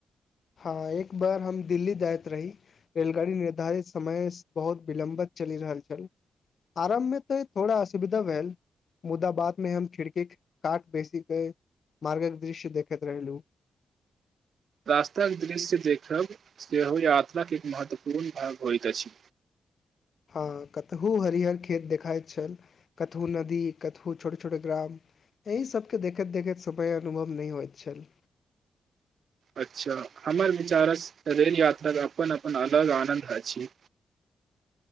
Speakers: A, on the left (about 45°); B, on the right (about 55°).
A: हँ एक बार हम दिल्ली जाइत रही रेलगाड़ी निर्धारित समयसं बहुत विलम्बत चलि रहल छल आरम्भमे तऽ थोड़ा असुविधा भेल मुदा बादमे हम खिड़कीक कात बेसी क' मार्गक दृश्य देखैत रहलहुँ
B: रास्ताक दृश्य देखब सेहो यात्राके एक महत्वपूर्ण भाग होइत अछि
A: हँ कतहु हरिहर खेत देखाइत छल कतहु नदी कतहु छोट छोट ग्राम एहि सभके देखैत देखैत समय अनुभव नहि होइत छल
B: अच्छा हमर विचारसँ रेल यात्राक अपन अपन अलग आनन्द अछि